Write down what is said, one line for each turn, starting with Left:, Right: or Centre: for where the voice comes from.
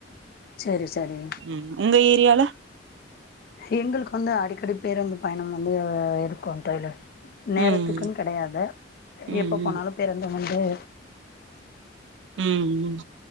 Left: சரி சரி
Right: ம் உங்க ஏரியால
Left: எங்களுக்கு அங்க அடிக்கடி பேருந்து பயணம் வந்து இருக்கும் தோழி நேரத்துக்குன்
Right: ம்
Left: கெடையாத
Right: ம்
Left: எப்ப போனாலு
Right: ம்
Left: பேருந்து முன் ம்
Right: ம்